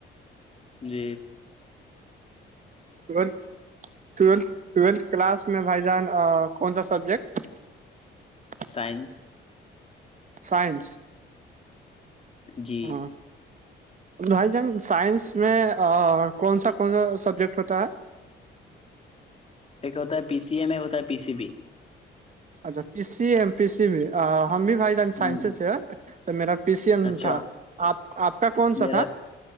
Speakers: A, on the left; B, on the right.
A: جی
B: ٹویلھ ٹولتھ ٹویلتھ کلاس میں بھائی جان کون سا سبجیکٹ <unintelligible>
A: سائنس
B: سائنس
A: جی
B: ہاں بھائی جان سائنس میں کون سا کون سا سبجیکٹ ہوتا ہے
A: ایکت ہے پی سی ایم ایک ہوتا ہے پی سی بی
B: اچھا پی سی ایم پی سی بھی ہم بھی بھائی جان
A: ہ
B: سائنسز سے ہیں تو میرا پی سی ایم
A: اچھا
B: تھا آپ آپ کا کون سا
A: میرا
B: تھا